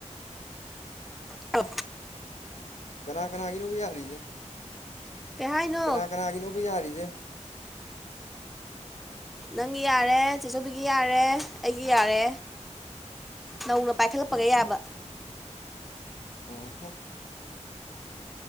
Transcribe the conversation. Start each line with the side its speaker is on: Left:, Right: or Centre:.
Centre: ꯇ
Left: ꯀꯅꯥ ꯀꯅꯥꯒꯤꯅꯣꯕꯨ ꯌꯥꯔꯤꯁꯦ
Centre: ꯀꯩ ꯍꯥꯏꯅꯣ
Left: ꯀꯅꯥ ꯀꯅꯥꯒꯤꯅꯣꯕ ꯌꯥꯔꯤꯁꯦ
Centre: ꯅꯪꯒꯤ ꯌꯥꯔꯦ ꯆꯤꯆꯨꯕꯤꯒꯤ ꯌꯥꯔꯦ ꯑꯩꯒꯤ ꯌꯥꯔꯦ ꯅꯧꯅ ꯄꯥꯏꯈꯠꯂꯛꯄꯒ ꯌꯥꯕ
Left: ꯑꯣ ꯍꯣ꯫